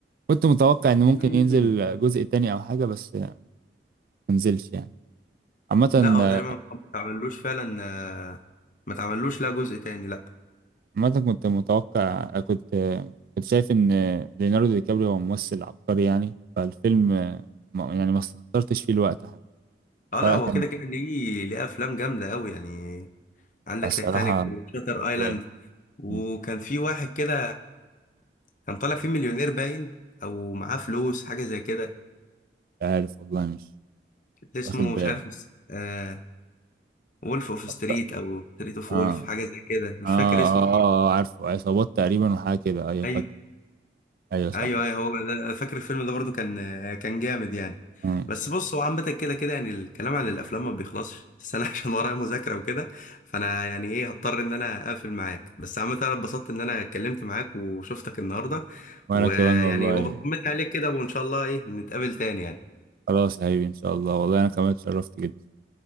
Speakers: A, on the right; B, on the left.
A: كنت متوقع ان
B: مم.
A: ممكن ينزل جزء تاني او حاجه بس ما نزلش يعني عامه
B: لا هو تقريبا ما اتعملوش فعلا آه، ما اتعملوش لا جزء تاني لا
A: عامه كنت متوقع كنت كنت شايف ان ليوناردو دي كابريو هو ممثل عبقري يعني فالفيلم ما- يعني ما استخسرتش فيه الوقت حتى
B: اه
A: فلا
B: لا هو
A: كان
B: كده كده ليه ليه افلام جامده قوي يعني عندك
A: الصراحه
B: تايتانيك وشاتر ايلاند
A: جامد
B: وكان
A: مش
B: في واحد كده كان طالع فيه مليونير باين او معاه فلوس حاجه زي كده
A: عارف والله مش
B: اسمه
A: واخد بالي
B: مش عارف آه وولف اوف ستريت
A: أفكر-
B: او ستريت اوف
A: اه
B: وولف حاجه زي كده مش
A: اه
B: فاكر اسمه
A: اه, آه عارفه عصابات تقريبا وحاجه كده ايوه
B: إيه.
A: فاكر ايوه صح
B: ايوه ايوه هو ده فاكر الفيلم ده برضو كان كان جامد يعني
A: مم.
B: بس بص هو عامة كده كده يعني الكلام عن الافلام ما بيخلصش بس انا <laughs> عشان ورايا مذاكرة وكده فانا يعني ايه هضطر ان انا اقفل معاك بس عامة انا اتبسطت ان انا اتكلمت معاك وشفتك النهاردة
A: وانا
B: ويعني
A: كمان والله
B: وبطمن عليك كده وان شاء الله ايه نتقابل تاني يعني
A: خلاص يا حبيبي ان شاء الله والله انا كمان اتشرفت جدا